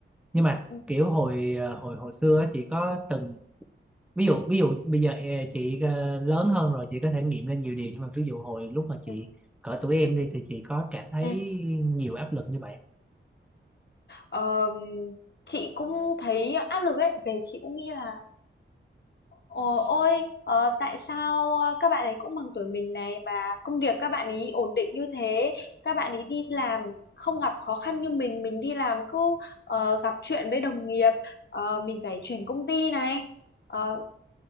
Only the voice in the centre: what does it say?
nhưng mà
kiểu hồi ờ, hồi hồi xưa á, chị có từng ví dụ ví dụ bây giờ ờ, chị ờ, lớn hơn rồi chị có thể nghiệm lên nhiều điều nhưng mà ví dụ hồi lúc mà chị
cỡ tuổi em đi thì chị có cảm thấy
nhiều áp lực như vậy